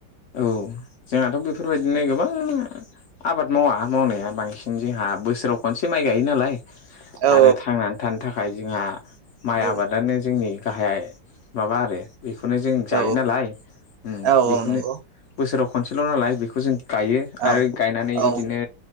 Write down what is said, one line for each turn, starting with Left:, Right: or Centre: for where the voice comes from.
Left: औ जोंहाथ' बेफोरबायदिनो गोबां आबाद मावा मावनाया बांसिन जोंहा बोसोराव खनसे माइ गायो नालाय
Right: औ
Left: आरो थांनानै थानो थाखाय जोंहा माइ
Right: औ
Left: आबादानो जोंनि गाहाय माबा आरो बेखौनो जों
Right: औ
Left: जायो नालाय
Right: औ
Left: बेखौनो
Right: औ नंगौ
Left: बोसोराव खनसेल' नालाय बेखौ जों गायो
Right: औ
Left: आरो गायनानै
Right: औ
Left: बिदिनो